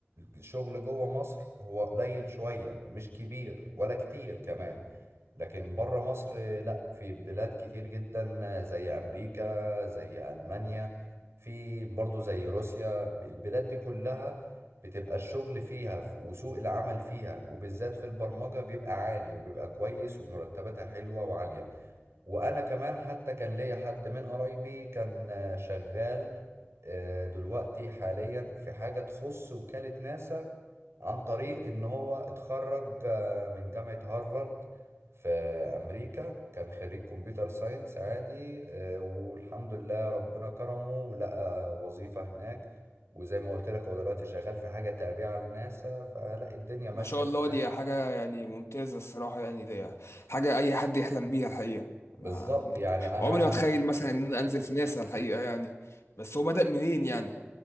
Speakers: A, on the right (about 70°); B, on the left (about 85°).
A: الشغل جوه مصر هو قليل شوية مش كبير ولا كتير كمان لكن بره مصر لا في بلاد كتير جدا زي أمريكا زي ألمانيا في برضو زي روسيا البلاد دي كلها بتبقى الشغل فيها وسوق العمل فيها وبالذات في البرمجة بيبقى عالي وبيبقى كويس ومرتباتها حلوة وعالية وانا كمان حتى كان ليا حد من قرايبي كان آه، شغال آه، دلوقتي حاليا في حاجة تخص وكالة ناسا عن طريق ان هو اتخرج آه، من جامعة هارفارد في امريكا كان خريج كمبيوتر ساينس عادي آه، والحمد لله ربنا كرمه ولقى وظيفة هناك وزي ما قلت لك هو دلوقتي شغال في حاجة تابعة لناسا فلا الدنيا ماشية
B: ما شاء الله
A: تمام
B: دي حاجة يعني ممتازة الصراحة يعني دي حاجة أي حد يحلم بيها الحقيقة
A: بالظبط
B: أنا
A: يعني انا
B: عمري ما أتخيل مثلا إن أنا أنزل في ناسا الحقيقة يعني بس هو بدأ منين يعني؟